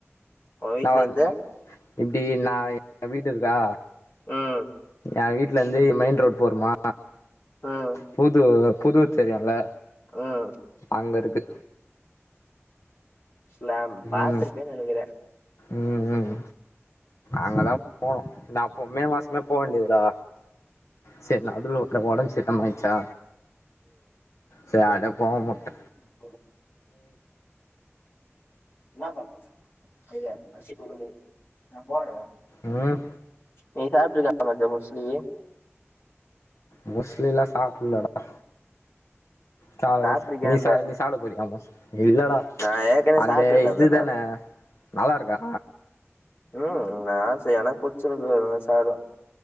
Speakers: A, on the left; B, on the left.
A: உன் வீட்ல
B: நான்
A: இருந்து
B: இப்டி நா ஏ வீடு இருக்கா
A: ம்
B: எ வீட்லந்து மெயின் ரோட் போறமா
A: ம்
B: புது புதூர் தெரியுல்ல
A: ம்
B: அங்க இருக்கு
A: ஃ ளாம் பாத்துருக்க
B: ம்
A: நெனைக்கிற
B: ம் ம் அங்கதா போனு நா எப் மே மாசமே போவேண்டியதுடா சேரி நடுவுல ஒருத்தனுக் ஒடம்பு சரியில்லாம ஆயிச்சா ச அத போவாம வுட்ட
A: <unintelligible> என்னா பண்ணணு இல்ல அரிசிக்கு உளுந்து நா போட்ற வா
B: ம்
A: நீ சாப்டில்ல டா மஞ்ச மோஸ்லி
B: மோஸ்லி எல்லா சாப்புல்லடா ச
A: சாப்ட்ருக்கியான்ற
B: நீ சா நீ சாப்ட போரியா மோஸ் இல்லடா
A: நா ஏற்கனவே
B: அந்த
A: சாப்ட்டுட்டேன்தானா
B: இதுதான நல்லா இருக்கா
A: ம் நா ச எனக் புடிச்சிருக்கு அதனால சாப்புடுவ